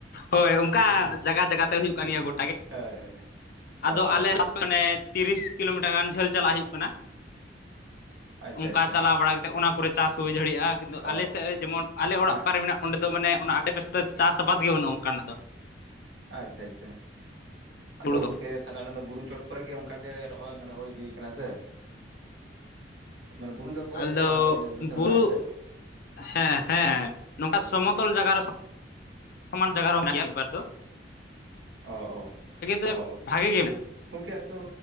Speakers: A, on the left; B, on the right.
A: ᱦᱳᱭ ᱚᱱᱠᱟ ᱡᱟᱭᱜᱟ ᱡᱟᱭᱜᱟᱛᱮ ᱦᱩᱭᱩᱜ ᱠᱟᱱ ᱜᱮᱭᱟ ᱜᱚᱴᱟ ᱜᱮ
B: ᱦᱳᱭ ᱦᱳᱭ
A: ᱟᱫᱚ
B: ᱚ
A: ᱟᱞᱮ
B: ᱚ
A: ᱢᱟᱱᱮ ᱛᱤᱨᱤᱥ ᱠᱤᱞᱳᱢᱤᱴᱟᱨ ᱜᱟᱱ ᱡᱷᱟᱹᱞ ᱪᱟᱞᱟᱜ ᱦᱩᱭᱩᱜ ᱠᱟᱱᱟ ᱾
B: ᱟᱪᱪᱷᱟ
A: ᱚᱱᱠᱟ
B: ᱟᱪᱪᱷᱟ
A: ᱪᱟᱞᱟᱣ ᱵᱟᱲᱟ ᱠᱟᱛᱮᱜ ᱚᱱᱟ ᱠᱚᱨᱮ ᱪᱟᱥ ᱦᱩᱭ ᱫᱟᱲᱮᱭᱟᱜᱼᱟ ᱠᱤᱱᱛᱩ
B: ᱚ
A: ᱟᱞᱮ ᱥᱮᱫ
B: ᱚ
A: ᱡᱮᱢᱚᱱ ᱟᱞᱮ ᱚᱲᱟᱜ
B: ᱦᱮᱸ
A: ᱚᱠᱟᱨᱮ
B: ᱦᱮᱸ
A: ᱢᱮᱱᱟᱜ ᱚᱸᱰᱮ ᱫᱚ ᱢᱟᱱᱮ ᱚᱱᱟ ᱟᱰᱮ ᱯᱟᱥᱮ ᱫᱚ ᱪᱟᱥ ᱟᱵᱟᱫᱽ ᱜᱮ ᱵᱟᱹᱱᱩᱜᱼᱟ ᱚᱱᱠᱟᱱᱟᱜ ᱫᱚ᱾
B: ᱟᱪᱷᱟ ᱟᱪᱷᱟ ᱟᱫᱚ‌
A: ᱦᱩᱲᱩ
B: ᱜᱚᱝ
A: ᱫᱚ
B: ᱠᱮ ᱛᱟᱦᱞᱮ ᱚᱱᱟ ᱫᱚ ᱵᱩᱨᱩ ᱪᱚᱴ ᱠᱚᱨᱮ ᱜᱮ ᱚᱱᱠᱟᱜᱮ ᱨᱚᱦᱚᱭ ᱢᱟᱱᱮ ᱦᱩᱭ ᱤᱫᱤᱭ ᱠᱟᱱᱟ ᱥᱮ ᱾ ᱢᱟᱱᱮ ᱵᱩᱨᱩ ᱪᱚᱴ ᱠᱚᱨᱮ
A: ᱟᱞᱮᱫᱚ
B: ᱜᱮᱥᱮ ᱚᱱᱟ ᱠᱚ ᱡᱤᱱᱤᱥ ᱫᱚᱥᱮ
A: ᱵᱩᱨᱩ
B: ᱢᱮᱱᱟᱜ ᱟᱥᱮ ᱾
A: ᱦᱮᱸ ᱦᱮᱸ ᱱᱚᱝᱠᱟ ᱥᱚᱢᱚᱛᱚᱞ ᱡᱟᱭᱜᱟ ᱨᱮ ᱥᱚᱢᱟᱱ ᱡᱟᱭᱜᱟ ᱨᱮᱦᱚ ᱢᱮᱱᱟᱜ ᱜᱮᱭᱟ ᱢᱤᱫ-ᱵᱟᱨ ᱫᱚ ᱾
B: ᱚ
A: ᱫᱚ
B: ᱚ᱾
A: ᱵᱷᱟᱜᱮ ᱜᱮ ᱢᱮᱱᱟᱜᱼᱟ
B: ᱜᱚᱝᱠᱮ ᱟᱪᱚ